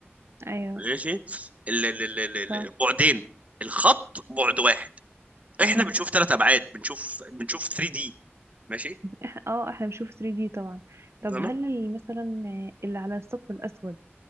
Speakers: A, on the right; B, on the right.
A: ايوه
B: ماشي ال... ال... ال... ال... ال-
A: ف
B: البعدين الخط بعد واحد
A: امم
B: احنا بنشوف ثلاث ابعاد بنشوف بنشوف 3 دي ماشي
A: إح- اه احنا بنشوف 3D طبعا طب
B: فاهمة؟
A: هل ال- مثلا اللي على الثقب الأسود